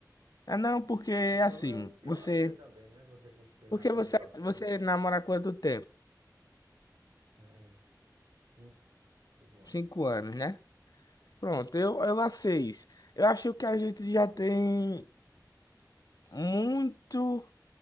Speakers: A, on the left; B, on the right.
A: Ah, não, porque
B: E com sogra
A: assim,
B: é pior
A: você.
B: ainda também, né? Você construir
A: Porque
B: na casa
A: você,
B: da sogra,
A: você
B: não.
A: namora há quanto tempo?
B: É, cinco, cinco anos.
A: Cinco anos, né? Pronto, eu, eu há seis. Eu acho que a gente já tem muito